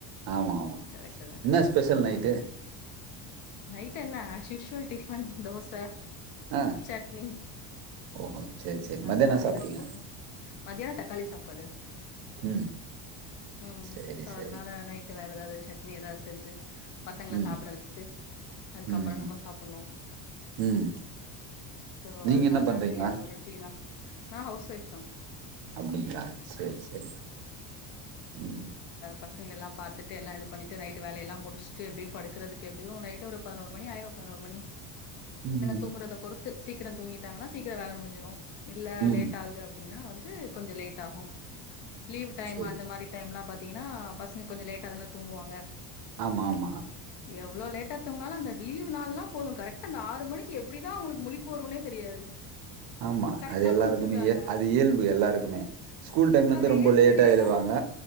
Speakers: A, on the right (about 60°); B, on the left (about 55°).
A: ஆமா ஆமா
B: கரெக்ட்டுதா
A: என்ன
B: கரெக்ட்
A: ஸ்பெஷல்
B: ம்
A: நைட்டு
B: நைட் என்னா அஸ்யூசுவல் டிஃபன் தோச
A: ஆ
B: சட்னி
A: ஓஹோ சேரி சேரி
B: அந்த
A: மதியம் என்ன
B: மாரிதா
A: சாப்ட்டீங்க
B: போகு மதியான தக்காளி சாப்பாடு
A: ம்
B: ம் ம்
A: சேரி
B: சோ
A: சேரி
B: அதனால நைட் வேற ஏதாவது சட்னி ஏதாவது செஞ்சு பசங்கள
A: ம்
B: சாப்பிட வச்சுட்டு அதுக்கப்பறமா
A: ம்
B: நம்ம சாப்பணு
A: ம்
B: சோ
A: நீங்க
B: அதனால
A: என்ன பண்றீங்களா
B: அப்டியே அது ரொட்டீனா நா ஹவுஸ் ஒய்ப் தா
A: அப்டிங்களா சேரி சேரி ம்
B: பசங்க எல்லா பாத்துட்டு எல்லா இது பண்ணிட்டு நைட்டு வேல எல்லா முடிச்சுட்டு எப்டியு படுக்கிறதுக்கு எப்டியு நைட்டு ஒரு பதினோருமணி ஆய்ரு ஒரு மணி
A: ம்
B: தூங்குறத பொறுத்து சீக்கிர தூங்கிட்டாங்கா சீக்கிர வேல முடி்சிடு இல்ல லேட்
A: ம்
B: ஆகுது அப்டின்னா வந்து கொஞ்ச லேட்டாகு லீவ் டைம்
A: சேரி
B: அந்த மாரி டைம்லா பாத்தீங்கன்னா பசங்க கொஞ்ச லேட்டா தான தூங்குவாங்க
A: ஆமா ஆமா
B: யோ அவ்ளோ லேட்டாத் தூங்னாலு அந்த லீவ் நாள்னா போது கரக்டா அந்தாறு மணி எப்டிதா அவுங்ளுக்கு முலிப்பு வருனே தெரியாது
A: ஆமா
B: கரெக்டா
A: அது எல்லாருக்குமேயே
B: முழிச்சிடுறாங்க
A: அது இயல்பு எல்லாருக்குமே ஸ்கூல் டைம்லந்து
B: அது
A: ரொம்ப
B: ஏன்னு
A: லேட்டா
B: தெரியல
A: எழுவாங்க